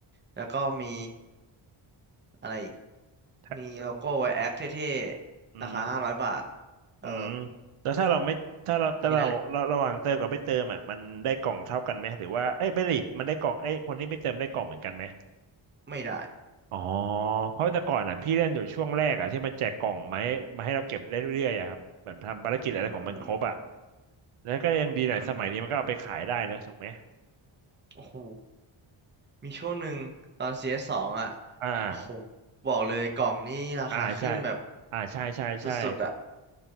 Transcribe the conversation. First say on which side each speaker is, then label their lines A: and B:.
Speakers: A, on the right; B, on the right.
A: แล้วก็มีอะไรอีก
B: ถ้า
A: มีโลโก้ไวแอคเท่ๆราคาห้าร้อยบาท
B: อืม
A: เออ
B: อืมแล้วถ้าเราไม่ถ้าเราถ้าเราเราระหว่างเติมกับไม่เติมอ่ะมันได้กล่องเท่ากันไหมหรือว่าเอ้ยไม่ดิมันได้กล่องไอ้ยคนที่ไม่เติมได้กล่องเหมือนกันไหม
A: มีแค่นั้นแหละไม่ได้
B: อ๋อเพราะแต่ก่อนอ่ะพี่เล่นอยู่ช่วงแรกอ่ะที่มันแจกกล่องไม้มาให้เราเก็บได้เรื่อยๆอ่ะครับเหมือนทำภารกิจอะไรของมันครบอ่ะ
A: อืม
B: แล้วก็ยังดีหน่อยสมัยนี้มันก็เอาไปขายได้นะถูกไหม
A: อืมอืมโอ้โห มีช่วงหนึ่งตอน CS สสองอ่ะ
B: อ่า
A: โอ้โหบอกเลยกล่องนี่ราคาขึ้นแบบ
B: อ่าใช่อ่าใช่ใช่ใช่
A: สุดๆอ่ะ